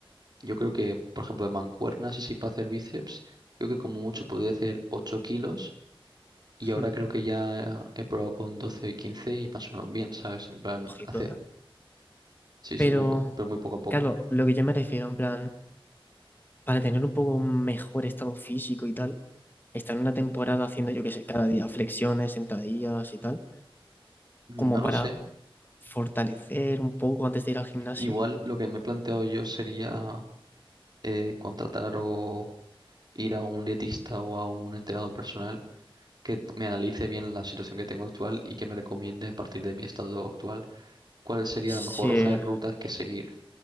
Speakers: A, on the right; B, on the left.
A: yo creo que, por ejemplo, de mancuernas así para hacer bíceps, creo que como mucho podía hacer 8 kilos y ahora
B: mm,
A: creo que ya he probado con 12 y 15 y más o menos bien, ¿sabes? En plan,
B: Ojito,
A: hacer.
B: ¿eh?
A: Sí, sí,
B: Pero,
A: muy po- pero muy poco a poco.
B: claro, lo que yo me refiero, en plan, para tener un poco mejor estado físico y tal. estar una temporada haciendo, yo qué sé, cada día flexiones, sentadillas y tal,
A: No
B: como
A: lo
B: para
A: sé.
B: fortalecer un poco antes de ir al gimnasio.
A: Igual lo que me he planteado yo sería eh, contratar o ir a un dietista o a un entrenador personal que me analice bien la situación que tengo actual y que me recomiende a partir de mi estado actual cuál sería
B: Sí,
A: la mejor hoja de ruta que seguir.